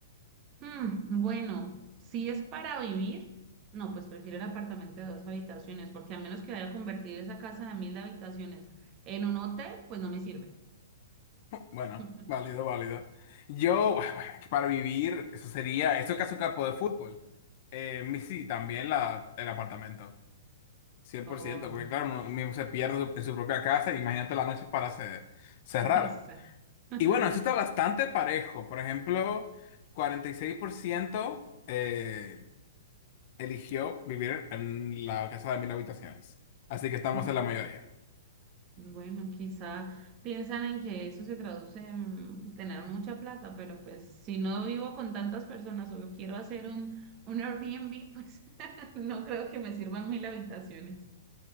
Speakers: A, on the right; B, on the left.
A: Hmm, bueno, si es para vivir, no, pues prefiero el apartamento de dos habitaciones porque a menos que vaya a convertir esa casa de mil habitaciones en un hotel, pues no me sirve.
B: Bueno,
A: <laughs>
B: válido, válido. Yo, bueno, para vivir, eso sería, eso es casi un campo de fútbol. Eh, mi- sí, también la, el apartamento, cien
A: Oh,
B: por ciento porque claro, uno mismo se pierde en su en su propia casa, imagínate la noche para ce- cerrar.
A: <laughs> exacto. <laughs>
B: Y bueno, eso está bastante parejo. Por ejemplo, 46% eh, eligió vivir en la casa de mil habitaciones. Así que estamos
A: Uf,
B: en la mayoría.
A: bueno, quizá piensan en que eso se traduce en tener mucha plata, pero pues si no vivo con tantas personas o quiero hacer un, un Airbnb, pues <laughs> no creo que me sirvan mil habitaciones.